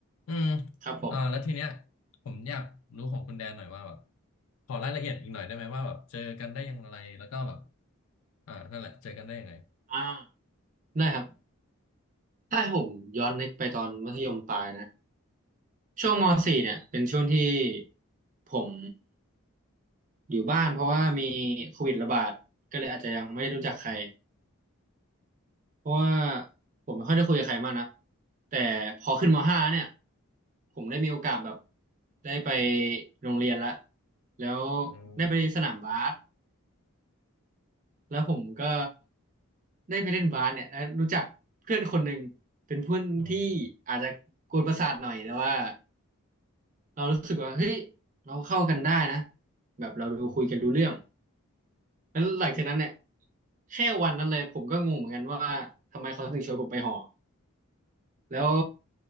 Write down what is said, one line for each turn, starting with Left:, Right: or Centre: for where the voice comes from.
Left: อืม
Right: ครับผม
Left: อ่าแล้วทีเนี้ย ผมอยากรู้ของคุณแดนหน่อยว่าแบบขอรายละเอียดอีกหน่อยได้ไหมว่าแบบเจอกันได้ยังไงแล้วก็แบบอ่านั่นแหละเจอกันได้ยังไง
Right: อ่าได้ครับถ้าให้ผมย้อนนึกไปตอนมัธยมปลายนะช่วงมสี่เนี่ยเป็นช่วงที่ผมอยู่บ้านเพราะว่ามีโควิดระบาดก็เลยอาจจะยังไม่ได้รู้จักใคร
Left: อืม
Right: เพราะว่าผมไม่ค่อยได้คุยกับใครมากนะแต่พอขึ้นม .5 เนี่ยผมได้มีโอกาสแบบได้ไปโรงเรียนละแล้ว
Left: อืม
Right: ได้ไปสนามบาส แล้วผมก็ได้ไปเล่นบาสเนี่ยแล้วรู้จักเพื่อนคนหนึ่งเป็นเพื่อนที่อาจจะกวนประสาทหน่อยแต่ว่า
Left: อื
Right: เรารู้สึกว่าเฮ้ยเราเข้ากันได้นะแบบเราดูคุยกันรู้เรื่อง
Left: ม
Right: แล้วหลังจากนั้นเนี่ยแค่วันนั้นเลยผมก็งงเหมือนกันว่าทำไมเขาถึงชวนผมไปหอแล้ว